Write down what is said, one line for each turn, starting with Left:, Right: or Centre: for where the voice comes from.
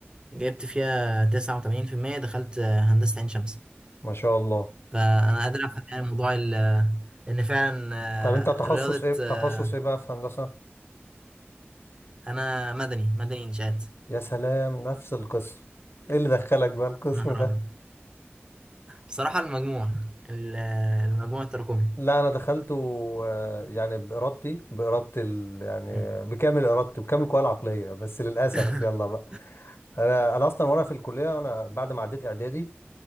Right: جبت فيها 89% دخلت آه، هندسه عين شمس
Left: ما شاء الله
Right: فانا قادر افهم يعني موضوع ال- آه، ان فعلا آه،
Left: طب أنت تخصص
Right: رياضه
Left: إيه تخصص
Right: آه،
Left: إيه بقى في هندسة؟
Right: انا مدني مدني انشاءات
Left: يا سلام نفس القسم إيه اللي دخلك بقى القسم
Right: انا هرب
Left: ده؟
Right: بصراحه المجموع ال- آه، المجموع التراكمي
Left: لا أنا دخلته آه، يعني بإرادتي بإرادة ال... يعني
Right: مم.
Left: بكامل إرادتي بكامل قواي العقلية بس للأسف
Right: <laughs>
Left: يلا بقى انا انا اصلا وانا في الكليه وانا بعد ما عديت اعدادي